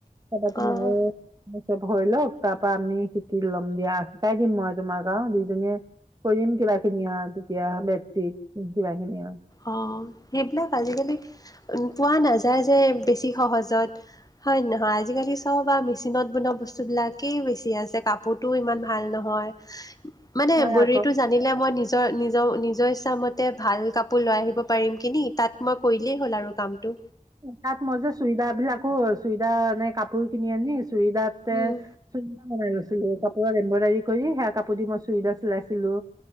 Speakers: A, on the right; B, on the left.
A: কাইলৈ পৰা
B: অ'।
A: ময়ো চব হৈ লওক, তাৰ পৰা আমি শিকি ল'ম দিয়া। শিকাই দিম মই তোমাক আও, দুইজনীয়ে কৰিম কিবাকিবি আও তেতিয়া বেছিত কিবা খিনি আৰু
B: অ' সেইবিলাক আজিকালি উ পোৱা নাযায়। যায়-যায় বেছি সহজত হয়, নহয় ।আজিকালি চব আৰু মেচিনত বনোৱা বস্তুবিলাকেই বেছি আছে কাপোৰত । তো ইমান ভাল নহয় মানে
A: হয়
B: এমব্ৰইদৰীটো
A: আকৌ
B: জানিলে মই নিজে নিজ-নিজৰ ইচ্ছা মতে ভাল কাপ কাপো লৈ আহিব পাৰিম কিনি তাত মই হ'ল আৰু কামটো।
A: তাত ম যে চুইদা বিলাক <unintelligible> চুইদা নে কাপোৰ কিনি আনি চুদাতে
B: উম
A: চুবিধা বনাই আৈছিলো অ', এম্ব্ৰইডাৰী কৰি সেয়া কাপোৰ দি মই চুইদা চিলাইছিলো।